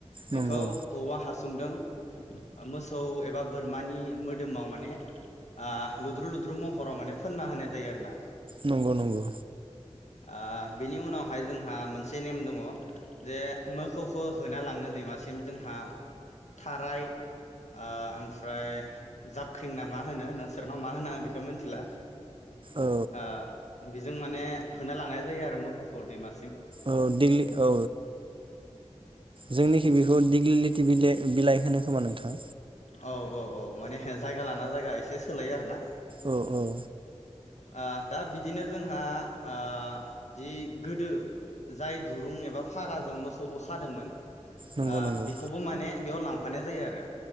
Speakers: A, on the right (about 50°); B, on the left (about 75°).
A: नंगौ
B: बेखौ औवा हासुंदों मोसौ एबा बोरमानि मोदोमाव माने आ लुद्रु लुद्रु महराव माने फोनना होनाय जायो आरो ना
A: नंगौ नंगौ
B: आ बिनि उनावहाय जोंहा मोनसे नेम दङ जे मोखौखो होना लांनो दैमासिम जोंहा थाराय आ ओमफ्राय जाबख्रिंना मा होनो नोंसोरनाव मा होनो आं बेखौ मोनथिला
A: औ
B: आ बिजों माने होनो लांनाय जायो आरो मोखौखो दैमा
A: औ दिग्लि औ जोंनिखि बेखौ दिग्लि लेटि बिलाय बिलाइ होनो खोमा नोंथां
B: औ औ औ माने जायगा लाना जायगा एसे सोलायो आरो ना
A: औ औ
B: आ दा बिदिनो जोंहा आ जि गोदो जाय दुरुं एबा फागाजों मोखौखो खादोंमोन
A: नंगौ
B: आ
A: नंगौ
B: बेखौबो माने बेयाव लांफानाय जायो आरो